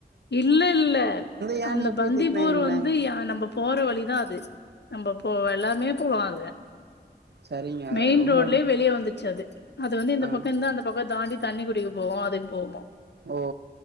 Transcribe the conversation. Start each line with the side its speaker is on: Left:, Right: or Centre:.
Left: இல்ல இல்ல
Right: யானைய
Left: அந்த பந்தி
Right: போய் திட்னா
Left: போர்
Right: என்னங்க
Left: வந்து நம்ம போற வழிதான் அது நம்ம போ எல்லாமே போவாள்கா
Right: சரிங்க
Left: மெயின்
Right: ரொம்ப
Left: ரோட்லயே
Right: ந
Left: வெளிய வந்துச்சு அது அது வந்து இந்த
Right: ஆ
Left: பக்கம் இருந்து அந்த பக்கம் தாண்டி தண்ணி குடிக்கு போவம் அதுக்கு போவோம்
Right: ஓஓ